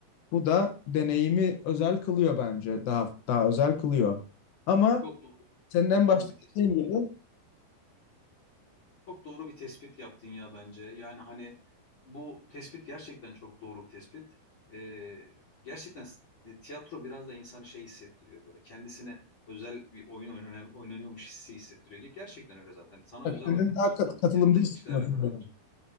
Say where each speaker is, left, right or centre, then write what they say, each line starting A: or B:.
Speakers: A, on the left; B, on the left.
A: Bu da deneyimi özel kılıyor bence. Daha daha özel kılıyor. Ama
B: Çok doğru,
A: senin
B: çok
A: en
B: doğru
A: başta
B: bir tespit.
A: dediğin gibi
B: Çok doğru bir tespit yaptın ya bence. Yani hani bu tespit gerçekten çok doğru bir tespit. Ee, gerçekten s- e, tiyatro biraz da insanı şey hissettiriyor böyle. Kendisine özel bir oyun oynanan- oynanıyormuş hissi hissettiriyor. Gerçekten öyle zaten. Sana
A: bak,
B: özel
A: kendini
B: oynanıyor.
A: daha kat- katılımda
B: Yanındaki
A: hissediyorsun.
B: kişilerle beraber.